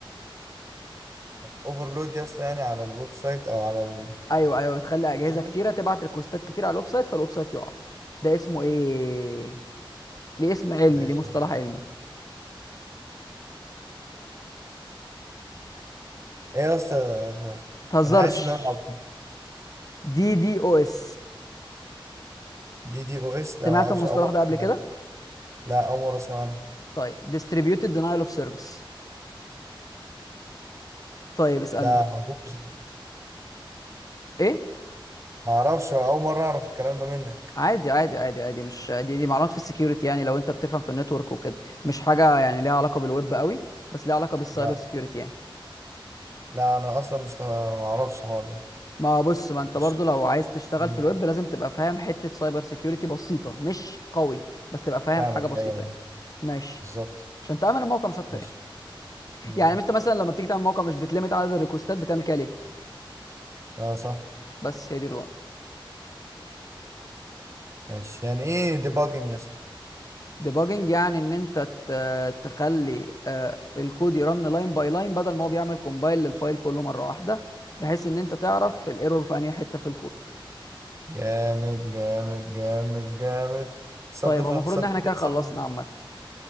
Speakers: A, on the right (about 35°); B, on the left (about 40°).
A: اوفرلود يا اسطى يعني على الويب سايت او على
B: ايوه ايوه بتخلي اجهزه
A: السيرفر
B: كتيره تبعت ريكوستات كتير على الويب سايت فالويب سايت يقع ده اسمه ايه ليه اسم علمي
A: ده اسمه
B: ليه مصطلح علمي
A: ايه يا اسطى
B: متهزرش
A: انا حاسس ان انا عب-
B: دي دي او اس
A: دي دي او اس لا
B: سمعت
A: ما اعرفش
B: المصطلح
A: اول مرة
B: ده
A: أسمع
B: قبل كده
A: عنها. لا اول مرة اسمع عنها
B: طيب distributed denial of service طيب اسالني
A: لا ما اعرفوش
B: ايه
A: ما اعرفش اول مره اعرف الكلام ده منك
B: عادي عادي عادي عادي مش دي دي معلومات في السكيورتي يعني لو انت بتفهم في النتورك وكده مش حاجه يعني ليها علاقه بالويب قوي بس ليها علاقه بالسايبر
A: لا
B: سكيورتي يعني
A: لا انا اصلا مش ط- ما اعرفش الحوار ده
B: ما بص ما انت
A: ماشي.
B: برضو لو عايز تشتغل
A: مم.
B: في الويب لازم تبقى فاهم حته سايبر سكيورتي بسيطه مش قوي بس تبقى فاهم
A: فاهمك
B: حاجه بسيطه
A: ايوه ايوه
B: يعني ماشي
A: بالظبط
B: عشان تامن الموقع مش اكتر
A: ماشي
B: يعني
A: مم.
B: يعني انت مثلا لما بتيجي تعمل موقع مش بتلمت عدد الريكوستات بتعمل كده ليه
A: اه صح
B: بس هي دي اللقطه
A: ماشي يعني ايه ديباجن يا اسطى
B: ديباجنج يعني ان انت ت- تخلي آه، الكود يرن لاين باي لاين بدل ما هو بيعمل كومبايل للفايل كله مره واحده بحيث ان انت تعرف الايرور في انهي حته في الكود
A: جامد جامد جامد جامد ثقافه
B: طيب هو المفروض
A: ثقافه
B: ان احنا كده خلصنا
A: ثقافه
B: عامه